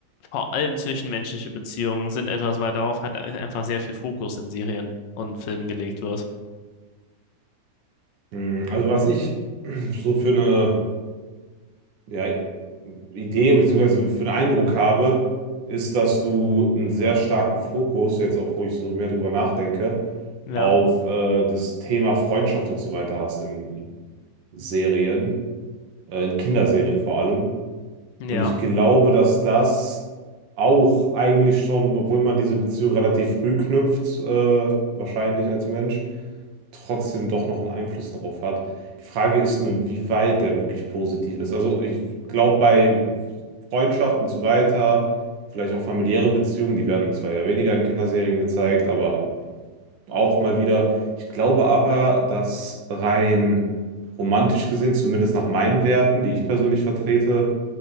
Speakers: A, on the left (about 75°); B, on the right (about 75°).
A: vor allem zwischenmenschliche Beziehungen sind etwas, weil darauf halt einfach sehr viel Fokus in Serien und Filmen gelegt wird.
B: mm, also was ich so für eine ja, Idee, bzw. für einen Eindruck habe, ist, dass du einen sehr starken Fokus, jetzt auch wo ich so mehr drüber nachdenke,
A: Ja.
B: auf äh, das Thema Freundschaft und so weiter hast in Serien, äh, in Kinderserien vor allem.
A: Ja,
B: Und ich glaube, dass das auch eigentlich schon, obwohl man diese Beziehung relativ früh knüpft, äh, wahrscheinlich als Mensch, trotzdem doch noch einen Einfluss darauf hat. Die Frage ist nur, inwieweit der wirklich positiv ist. Also ich glaube, bei Freundschaft und so weiter, vielleicht auch familiäre Beziehungen, die werden zwar ja weniger in Kinderserien gezeigt, aber auch mal wieder. Ich glaube aber, dass rein romantisch gesehen, zumindest nach meinen Werten, die ich persönlich vertrete,